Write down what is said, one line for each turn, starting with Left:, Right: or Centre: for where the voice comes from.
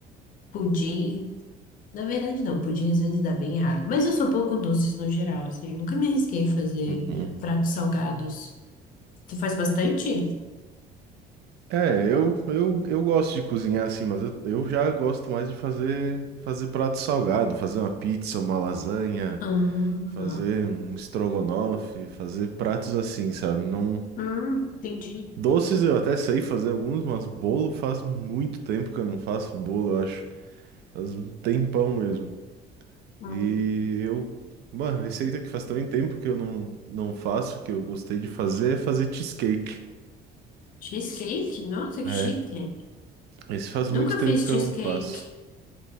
Left: pudim. Na verdade, não, pudim às vezes dá bem errado. Mas eu sou boa com doces no geral, assim, eu nunca me arrisquei a fazer
Right: uhum.
Left: pratos salgados. Você faz bastante?
Right: É, eu, eu, eu gosto de cozinhar assim, mas eu, eu já gosto mais de fazer fazer prato salgado, fazer uma pizza, uma lasanha,
Left: Ah,
Right: fazer um estrogonofe, fazer pratos assim, sabe? Não
Left: hum, entendi.
Right: doces eu até sei fazer alguns, mas bolo faz muito tempo que eu não faço um bolo, eu acho. Faz um tempão mesmo.
Left: Hum.
Right: E eu, uma receita que faz também tempo que eu não, não faço, que eu gostei de fazer, é fazer cheesecake,
Left: Cheesecake? Nossa, que
Right: né?
Left: chique.
Right: Esse faz
Left: Nunca
Right: muito tempo
Left: fiz
Right: que
Left: cheesecake.
Right: eu não faço.